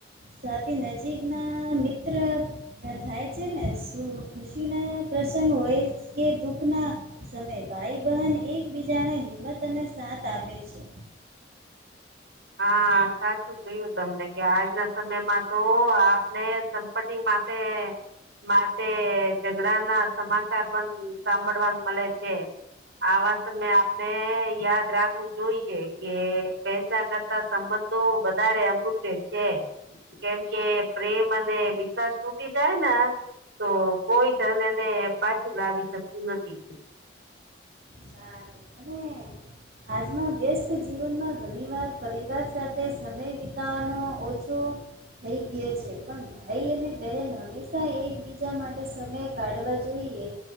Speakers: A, on the right; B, on the right.
A: સાથી નજીક ના મિત્ર થાય છે ને ખુશી ના પ્રસંગ હોય કે દુઃખના સમય ભાઈ બહેન એકબીજાને હિંમત અને સાથ આપે છે
B: હા સાચું કયું તમને કે આજના સમયમાં તો આપને દંપતિ માથે માટે ઝઘડા ના સમાચાર પણ સાંભળવાન મળે છે આવા સમય આપણે યાદ રાખવું જોઈએ કે પૈસા કર સંબંધો વધારે અમૂલ્ય છે કેમ કે પ્રેમ અને વિશ્વાસ તૂટી જાય ને તો કોઈ ધન એને પાછું લાવી શકતું નથી
A: સારું અને આાજમાં વસ્ટ જીવનમાં ઘણી વાર પરિવાર સાથે સમય વિતાવાનો ઓછો થઈ ગયો છે પણ ભાઈ અને બહેન હંમેશા એકબીજા માટે સમય કાઢવા જોઈએ